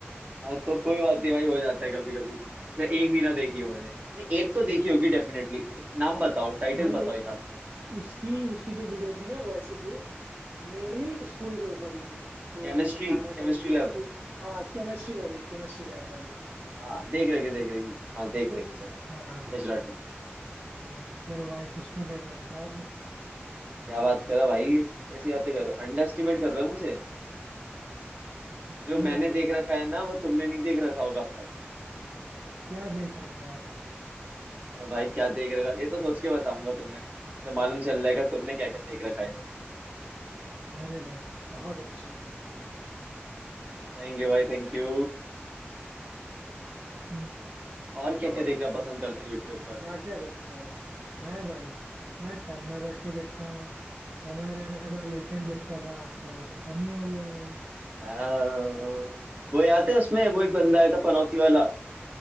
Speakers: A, on the right; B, on the right.
A: हाँ, तो कोई बात नहीं भाई हो जाता है कभी कभी तो एक भी ना देखी हो मैंने नहीं एक तो देखी होगी डेफिनेटली नाम बताओ टाइटल
B: भाई
A: बताओ
B: उ-
A: एक हाथ का
B: उसकी उसकी जो वीडियो थी ना वो ऐसी थी मेनली स्कूल के ऊपर ही थी तो
A: Chemistry
B: बता रहा
A: chemistry
B: था कि इसको
A: lab
B: हाँ केमिस्ट्री वाली केमिस्ट्री लैब वाली
A: हाँ देख रही है, देख रही है। हाँ देख रही है। चलो
B: हाँ
A: यश राठी
B: हाँ, चलो भाई कुछ तो देख रखा है आपने
A: क्या बात कर रहा भाई तुम कैसी बातें कर रहे हो अंडर एस्टिमेट कर रहे हो मुझे जो
B: नहीं
A: मैंने
B: भाई
A: देख रखा है ना वो तुमने नहीं देख रखा होगा अब तक
B: क्या देख रखा है आपने
A: अब भाई क्या देख रखा ये तो सोच के बताऊंगा तुम्हें तो मालूम चल जाएगा तुमने क्या क्या देख रखा है
B: अरे भाई बहुत अच्छे
A: थैंक यू भाई थैंक यू
B: हम्म,
A: और क्या
B: और
A: क्या देखना
B: बताओ
A: पसंद
B: भाई
A: करते
B: आप
A: हो यूट्यूब पर?
B: क्या क्या देखते हो मैं भाई मैं तन्मय भट्ट को देखता हूँ समय रैना का लेटेंट देखता था अब तो वो खत्म ही हो गया भाई
A: हाँ, वो याद है उसमें वो एक बंदा आया था पनौती वाला